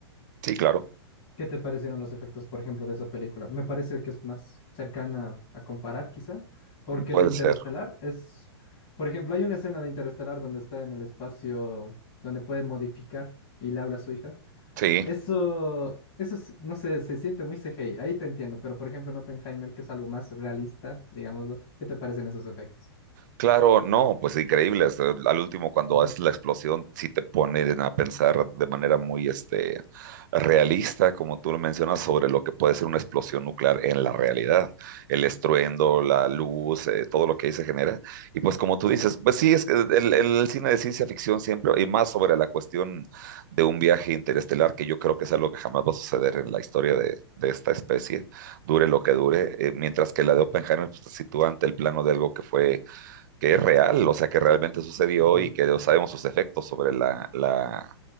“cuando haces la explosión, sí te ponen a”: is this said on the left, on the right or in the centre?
Right